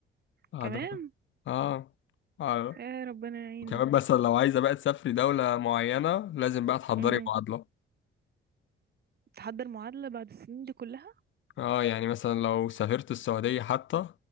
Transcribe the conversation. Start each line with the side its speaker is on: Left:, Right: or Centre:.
Left: بعد
Right: كمان
Left: اه اه
Right: يا ربنا يعينك
Left: وكمان مثلا لو عايزة بقى تسافري دولة معينة لازم بقى تحضري
Right: امم
Left: معادلة
Right: تحضر معادلة بعد السنين دي كلها
Left: اه يعني مثلا لو سافرت السعودية حتى